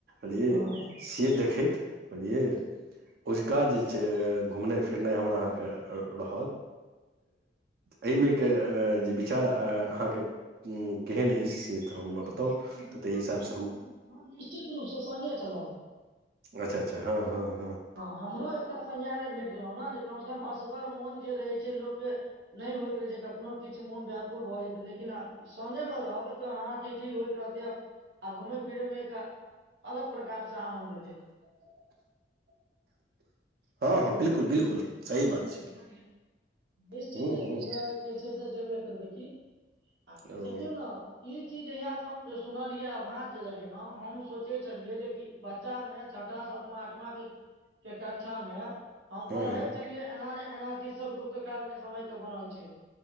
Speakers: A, on the right; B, on the right.
A: लिय
B: हँ हँ
A: से देखैत। अजुका जे घुमनाई- फिरनाई रतह एहिमें विचार अहांक। ह केहन अछि से। तऽ हमरा बताउ तऽ
B: न-न उमच
A: ताहि हिसाबसँ हम
B: निश्चित रूपसँ सङ्गे छलहु।
A: अच्छा अच्छा
B: <unintelligible>
A: हँ- हँ। <unintelligible>
B: हँ हमरो एकटा संयार। <unintelligible> भेट गेलहु ने जे कम से कम असगर मोन जे रहै छै लोक के नहि होइत रहे छै कखनो किछु मोन व्याकुल भऽ जेतै लेकिन सगे मे रहबै तऽ हा ठीठी होइत रहतै आ घूमे फिरे मे एक अलग प्रकार से आनन्द एतै। <unintelligible>
A: हँ -हँ बिलकुल- बिलकुल। <unintelligible> छै
B: ह निश्चित
A: हूँ
B: अ
A: हूँ
B: जे छै से जेबै। करबैइ की। आ
A: ओ
B: देखियौ ने ई चीज जहिया। हम सुनल ये अभाज जे लगेलहु हम सोचे छलियै जे बच्चा मे छठा सदमा आठव के के कक्षा मे। <unintelligible> हम
A: हँ
B: पढ़ै
A: हँ
B: छलियै। <unintelligible> एना चीज सब गुप्त काल के समय के बनल छै। <unintelligible>